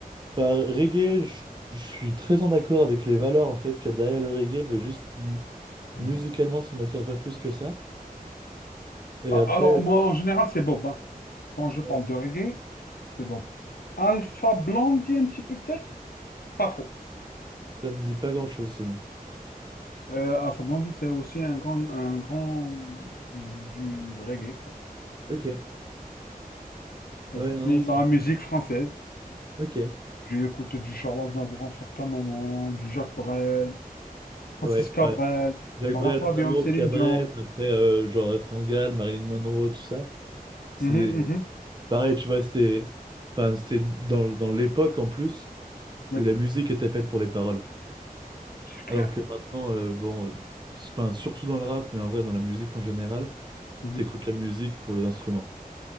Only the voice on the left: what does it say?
Mhm.
Ah,
Alors, moi, en général, c'est Bob. hein. Quand je parle
de reggae, c'est Bob. Alpha Blondie, un petit peu peut-être? Pas trop.
Euh, Alpha Blondie, c'est aussi un grand, un grand du reggae, quoi.
Et
puis,
la musique française,
j'ai écouté du Charles Aznavour en certains moments, du Jacques Brel, Francis
Cabrel,
Lara
Fabian,
Céline
Dion.
Mhm,
mhm.
Oui,
c'est clair.
Mhm.